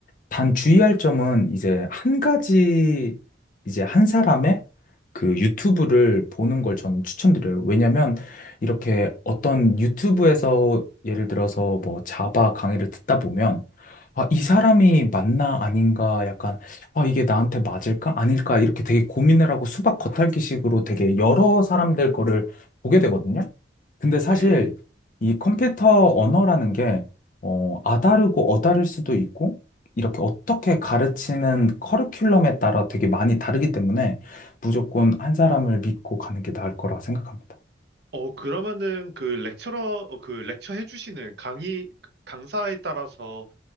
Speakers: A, on the left; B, on the right.
A: 단 주의할 점은 이제 한 가지, 이제 한 사람의 그 유튜브를 보는 걸 저는 추천드려요. 왜냐면 이렇게 어떤 유튜브에서 예를 들어서 뭐 자바 강의를 듣다 보면 아, 이 사람이 맞나 아닌가 약간 아, 이게 나한테 맞을까 아닐까 이렇게 되게 고민을 하고 수박 겉핥기식으로 되게 여러 사람들 거를 보게 되거든요. 근데 사실
B: 네.
A: 이 컴퓨터 언어라는 게 어, 아다르고 어다를 수도 있고 이렇게 어떻게 가르치는 커리큘럼에 따라 되게 많이 다르기 때문에 무조건 한 사람을 믿고 가는 게 나을 거라 생각합니다.
B: 어, 그러면은 그 렉처러, 어, 그 렉처 해주시는 강의, 강사에 따라서